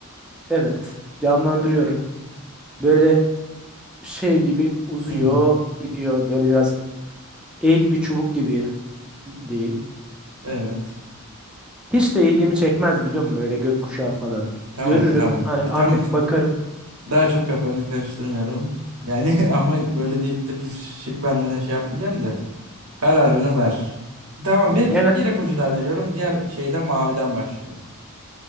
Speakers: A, in the centre; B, on the right.
A: evet canlandırıyorum. Böyle şey gibi uzuyor
B: Hı hı,
A: gidiyor böyle biraz eğik bir çubuk gibi diyeyim.
B: evet.
A: Hiç de ilgimi çekmez biliyor musun böyle gökkuşağı falan.
B: Tamam
A: Görürüm
B: tamam.
A: hani anlık
B: Tamam
A: bakarım.
B: Daha çok kapağını karıştırmıyorum. Yani <laughs> ama böyle deyip de bir şık vermene şey yapmayacağım da. Kararını
A: Ya,
B: ver. Tamam
A: ya
B: bir,
A: gene
B: bir ipucu daha veriyorum. Diğer şeyde maviden başlıyor.